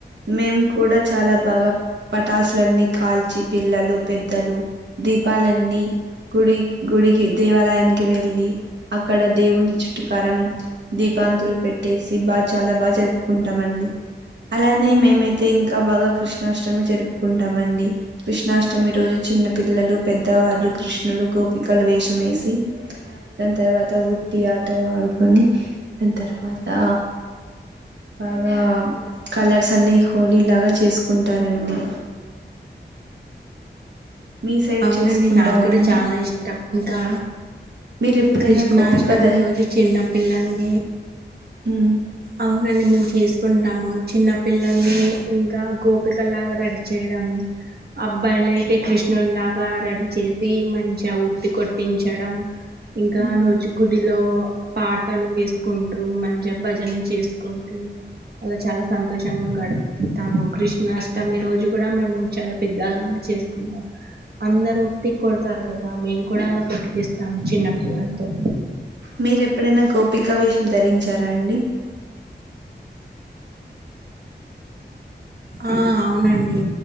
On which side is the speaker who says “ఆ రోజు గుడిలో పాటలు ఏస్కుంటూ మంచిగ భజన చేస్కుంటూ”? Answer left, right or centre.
Right